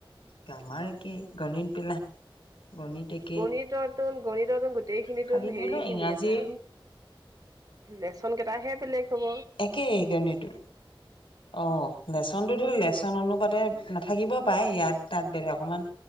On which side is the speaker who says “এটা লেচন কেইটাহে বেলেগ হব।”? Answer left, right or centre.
Right